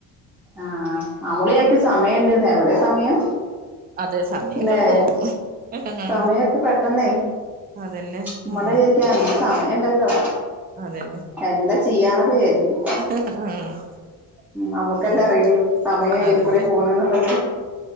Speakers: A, in the centre; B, on the right.
A: ആഹ് നമ്മളിചാരിക്കും സമയണ്ട്ന്ന് എവിടെ സമയം
B: അതെ സമയൊക്കെങ്ങട്
A: ല്ലേ
B: പോവും ആ
A: സമയൊക്കെ പെട്ടെന്നേ
B: അതന്നെ
A: നമ്മള്
B: ഉം
A: വിചാരിക്കും ആഹ് ഇന്ന് സമയണ്ടല്ലോ
B: അതന്നെ
A: എല്ലാം ചെയ്യാന്നൊക്കെ വിചാരിക്കും.
B: ആഹ് <unintelligible>
A: നമ്മുക്കല്ലേ അറിയുള്ളൂ സമയം
B: അതന്നെ
A: ഏത് കൂടെ പോണ്ന്നുള്ളത്